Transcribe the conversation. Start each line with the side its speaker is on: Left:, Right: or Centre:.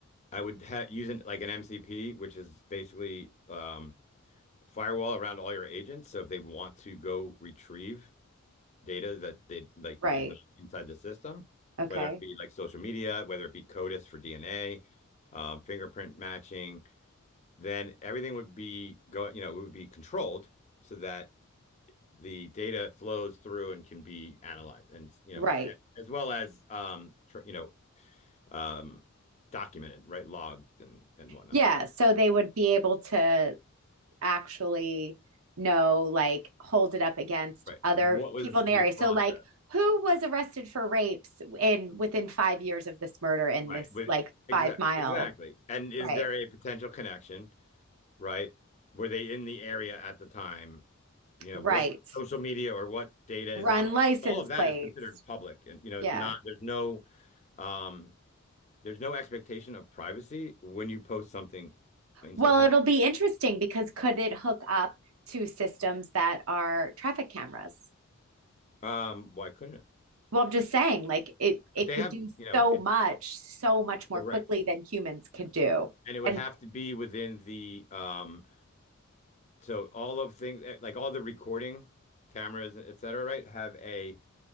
Left: I would ha use it like an MCP, which is basically um, firewall around all your agents. So if they want to go retrieve data that they like
Right: Right.
Left: is not inside the system,
Right: Okay.
Left: whether it be like social media, whether it be CODIS for DNA, um, fingerprint matching, then everything would be go, you know, it would be controlled so that the data flows through and can be analyzed, and you
Right: Right.
Left: know, a- as well as um, tr you know, um, documented, right, logged and and whatnot.
Right: Yeah, so they would be able to actually know like hold it up against
Left: Right.
Right: other
Left: What was
Right: people in
Left: the
Right: the area. So
Left: process?
Right: like who was arrested for rapes in within 5 years of this murder in
Left: Right.
Right: this
Left: With
Right: like
Left: exa-
Right: 5 mile,
Left: exactly. And is
Right: right?
Left: there a potential connection? Right. Were they in the area at the time? You know,
Right: Right.
Left: what social media or what data
Right: Run
Left: is out?
Right: license
Left: All of
Right: plates.
Left: that is considered public. And, you know,
Right: Yeah.
Left: it's not, there's no, um, there's no expectation of privacy when you post something in
Right: Well,
Left: social
Right: it'll
Left: media.
Right: be interesting because could it hook up to systems that are traffic cameras?
Left: Um, why couldn't it?
Right: Well, I'm just saying, like it
Left: But
Right: it
Left: they
Right: could
Left: have,
Right: do
Left: you know,
Right: so
Left: it's
Right: much, so much more
Left: correct.
Right: quickly than humans could
Left: Yes.
Right: do.
Left: And it would
Right: And
Left: have to be within the um So all of things eh, like all the recording cameras, et cetera, right, have a